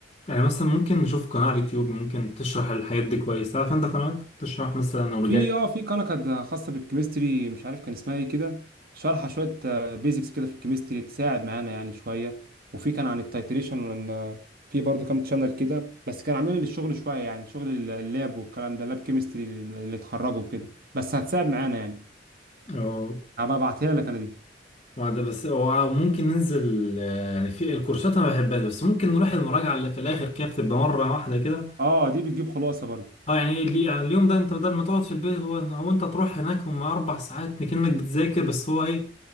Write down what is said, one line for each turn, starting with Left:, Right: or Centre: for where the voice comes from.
Left: يعني مثلا ممكن نشوف قناة على اليوتيوب ممكن تشرح الحاجات دي كويس عارف أنت قنوات تشرح مثلا أورجانيك
Right: في اه في قناه كانت خاصه بالكيمستري مش عارف كان اسمها ايه كده شارحه شويه بيزكس كده في الكيمستري تساعد معانا يعني شويه وفي كان عن التيتريشن وان آه، في برضو كام تشانل كده بس كان عاملين للشغل شويه يعني شغل ال- اللاب والكلام ده لاب كيمستري اللي اتخرجوا كده بس هتساعد معانا يعني
Left: أو
Right: هبقى ابعتها لك انا دي
Left: وده بس أو ممكن ننزل آه، يعني في الكورسات أنا ما بحبهاش بس ممكن نروح المراجعة اللي في الآخر كده بتبقى مرة واحدة كده
Right: اه دي بتجيب خلاصه برضو
Left: اه يعني لي- يعني اليوم ده انت بدل ما تقعد في البيت هو هو انت تروح هناك هم اربع ساعات كأنك بتذاكر بس هو ايه